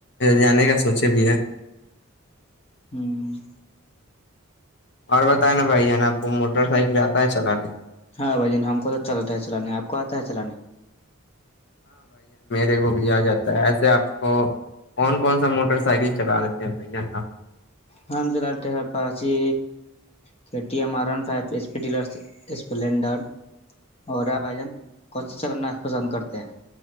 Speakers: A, on the left; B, on the left.
A: جانے کا سوچے بھی ہے
B: ہ
A: اور بتائیں نا بھائی ج ن آپ کو موٹر سائیکل آتا ہے چلانے
B: ہاں بھائی جین ہم کو تو چلاتا ہے چلانے آپ کو آتا ہے چلانے
A: ے کو بھی آ جاتا ہے ایسے آپ کو کون کون سا موٹر سائیکل چلا لیتے ہیں بھائی جان آپ
B: ہاںال پاچی ٹیر ف اسپ ڈلر اسپلینڈر اورا بھن کون سا چلانا پسند کرتے ہیں